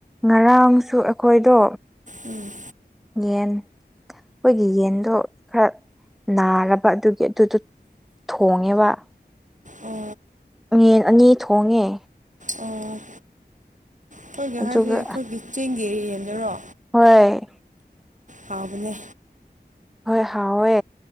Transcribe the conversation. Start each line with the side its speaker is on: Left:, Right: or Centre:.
Centre: ꯉꯔꯥꯡꯁꯨ ꯑꯩꯈꯣꯏꯗꯣ
Right: ꯎꯝ
Centre: ꯌꯦꯟ ꯑꯩꯈꯣꯏꯒꯤ ꯌꯦꯟꯗꯣ ꯈꯔ ꯅꯥꯔꯕ ꯑꯗꯨꯒꯤ ꯑꯗꯨꯗꯣ ꯊꯣꯡꯉꯦꯕ
Right: ꯑꯣ
Centre: ꯌ‌ꯦꯟ ꯑꯅꯤ ꯊꯣꯡꯉꯦ
Right: ꯎꯝ ꯑꯩꯈꯣꯏꯒꯤ
Centre: ꯑꯗꯨꯒ
Right: ꯍꯥꯏꯁꯦ ꯑꯩꯈꯣꯏꯒꯤ ꯆꯦꯡꯒꯤ ꯌꯦꯗꯨꯔꯣ
Centre: ꯍꯣꯏ
Right: ꯍꯥꯎꯕꯅꯦ
Centre: ꯍꯣꯏ ꯍꯥꯎꯋꯦ